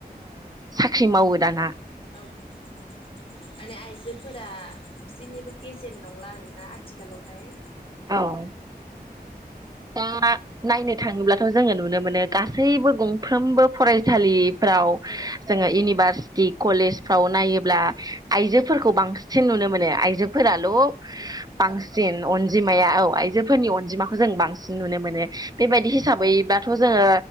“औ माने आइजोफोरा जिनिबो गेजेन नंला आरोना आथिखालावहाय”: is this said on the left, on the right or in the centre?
Left